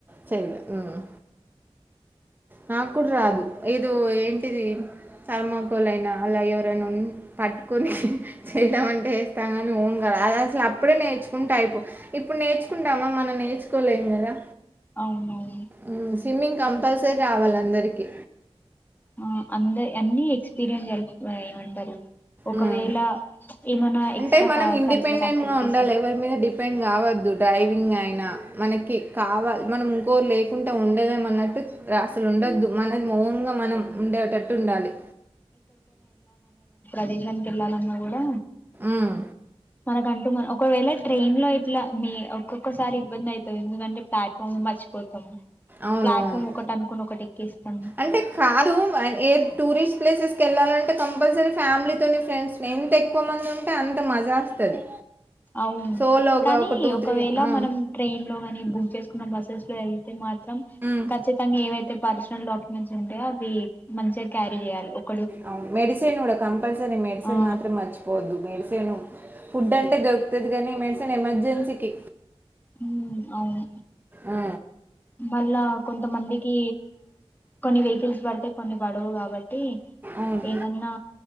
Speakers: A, on the right; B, on the left.
A: చైలే మ్ నాకు కూడా రాదు ఇదో ఏంటిది తర్మాకోలయినా అలా ఎవరైనా ఉన్ పట్టుకోని చేయడమంటే చేస్తా కా ని ఓన్ గా రాదు అది అసలు అప్పుడే నేర్చుకుంటే అయిపోవు ఇప్పుడు నేర్చుకుంటామా మనం నే నేర్చుకోలేమ్ కదా
B: అవునవు
A: ఆ స్విమ్మింగ్ కంపల్సరీ రావాలి అందరికి
B: ఆ అంద అన్ని ఎక్స్పీరియన్స్ కలిపి ఏమంటారు ఒకవేళ
A: ఉమ్.
B: ఏమైనా ఎక్స్ట్రా
A: అంటే మనం ఇండిపెండెంట్
B: కరికులర్ యాక్టివిటీస్
A: గా ఉండాలి ఎవరి మీద డిపెండ్ కావద్దు డ్రైవింగ్ అయినా మనకి కావా మనం ఇంకోరు లేకుంటె ఉండలేమన్నట్టు అసలు ఉండద్దు మనం ఓన్ గ మనం ఉండటట్టు ఉండాలి
B: ప్రదేశానికిిళ్లాలన్న కూడా
A: ఉమ్.
B: మనకంటూ మన ఒకవేళ ట్రైన్ లో ఇట్లా మి ఒక్కొక్కసారి ఇబ్బంది అయితది ఎందుకంటే ప్లాట్ఫామ్ మర్చి పోతాము
A: అవును
B: ప్లాట్ఫామ్
A: అవును
B: ఒకటి అనుకొని ఒకటి ఎక్కేస్తాము
A: అంటే కాదు ఏ టూరిస్ట్ ప్లేసెస్కి వెళ్ళాలంటే కంపల్సరీ ఫ్యామిలీతొని ఫ్రెండ్స్ ఎంత ఎక్కువ మంది ఉంటే అంత మజా వస్తది
B: అవును
A: సోలోగా
B: కానీ
A: ఒక టూ
B: ఒకవేళ
A: త్రీ ఆ
B: మనం ట్రైన్ లో కానీ బుక్ చేసు మ బస్సెస్ లో వెళ్తే మాత్రం
A: ఉమ్
B: ఖచ్చితంగా ఏవైతే పర్సనల్ డాక్యుమెంట్స్ ఉంటయో అవి మ చగ క్యారీ చేయాలి ఒక్
A: అవు మెడిసిన్ కూడా కంపల్సరీ మెడిసిన్
B: ఆ
A: మాత్రం మర్చిపోవద్దు మెడిసిను ఫుడ్ అంటే దొరుకుతుది గానీ మెడిసన్ ఎమర్జెన్సీకి
B: మ్మ్ అవును
A: ఆ
B: మళ్ళా కొంతమందికి కొన్ని వెహికల్స్ బడతయ్ కొన్ని బడవు కాబట్
A: అవును
B: ఏదన్నా